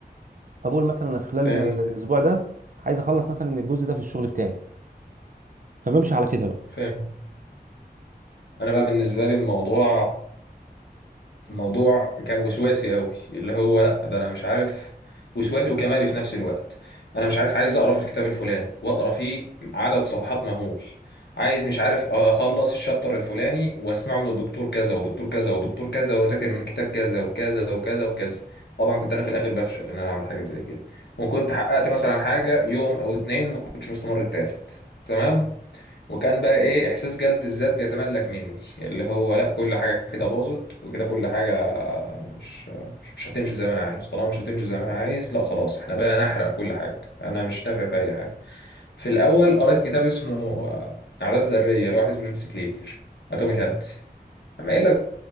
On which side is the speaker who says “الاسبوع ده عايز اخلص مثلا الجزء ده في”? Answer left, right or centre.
Right